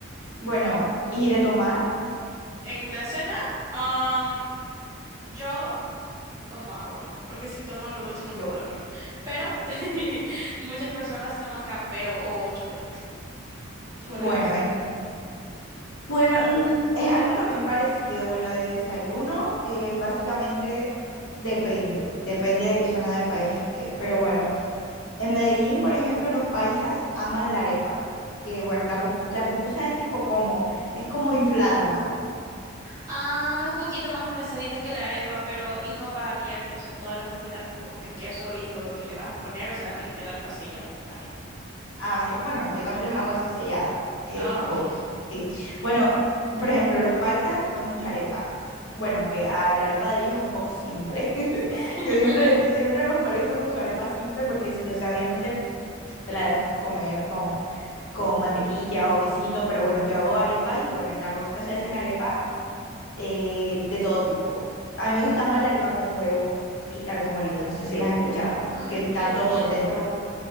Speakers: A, on the left; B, on the right.
A: Bueno, ¿y de tomar?
B: En la cena, am, yo tomo agua, porque si tomo algo dulce no
A: Yo.
B: puedo dormir. Pero <laughs> muchas personas toman café o, o chocolate. Igual
A: Bueno,
B: en el desayuno.
A: en- bueno, mm, es algo también parecido. Bueno, de desayuno, eh, básicamente depende, depende de qué zona del país estés, pero bueno. En Medellín, por ejemplo, los paisas aman la arepa, que bueno, la, pu- la pupusa es tipo como, es como inflada, ¿no?
B: Ah, es un poquito más aplazadita que la arepa, pero y no va abierta, o sea, toda la comida como que queso y lo que le vas a poner, o sea, literal va sellado adentro.
A: A base- bueno, yo también las hago así selladas, eh,
B: Ah,
A: tipo,
B: ok.
A: sí. Bueno, por ejemplo, los paisas comen mucha arepa. Bueno, aunque a la arepa de ellos es un poco simple. <laughs>
B: <laughs>
A: Yo siempre, yo siempre los molesto con su arepa simple porque sí, o sea, obviamente te la debes comer con, con mantequilla o quesito, pero bueno, yo hago arepas y bueno, en la costa se hacen arepas eh, de todo tipo. A mí me gusta más la arepa con huevo y carne molida, no sé si las has escuchado,
B: Ah,
A: que está
B: qué
A: todo
B: rico.
A: por dentro.